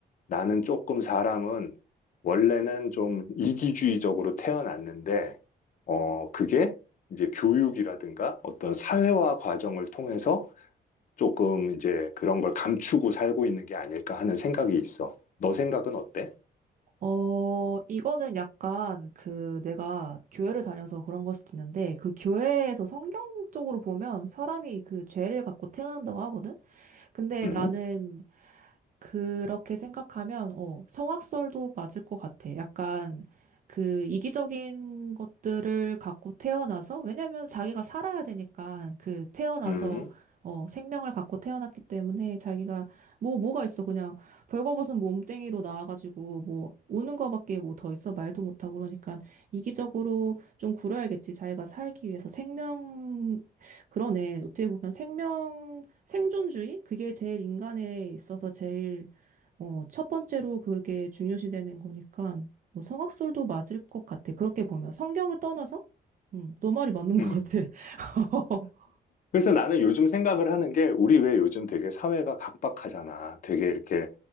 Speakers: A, on the left (about 50°); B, on the right (about 50°).
A: 나는 조금 사람은 원래는 좀 이기주의적으로 태어났는데, 어, 그게 이제 교육이라든가 어떤 사회화 과정을 통해서 조금 이제 그런 걸 감추고 살고 있는 게 아닐까 하는 생각이 있어. 너 생각은 어때?
B: 어, 이거는 약간 그 내가 교회를 다녀서 그런 걸 수도 있는데 그 교회에서 성경적으로 보면 사람이 그 죄를 갖고 태어난다고 하거든? 근데
A: 음,
B: 나는 그렇게 생각하면, 어, 성악설도 맞을 것 같아. 약간 그 이기적인 것들을 갖고 태어나서, 왜냐면 자기가 살아야 되니까, 그 태어나서,
A: 음,
B: 어, 생명을 갖고 태어났기 때문에 자기가, 뭐, 뭐가 있어. 그냥 벌거벗은 몸뚱이로 나와가지고, 뭐, 우는 거밖에 뭐 더 있어. 말도 못하고 그러니까 이기적으로 좀 구려야겠지. 자기가 살기 위해서 생명, 그러네. 어떻게 보면 생명, 생존주의? 그게 제일 인간에 있어서 제일 어, 첫 번째로 그렇게 중요시되는 거니까 뭐 성악설도 맞을 것 같아. 그렇게 보면 성경을 떠나서? 응, 너 말이 맞는
A: 음.
B: 것 같아. <laughs>
A: 그래서 나는 요즘 생각을 하는 게 우리 왜 요즘 되게 사회가 각박하잖아. 되게 이렇게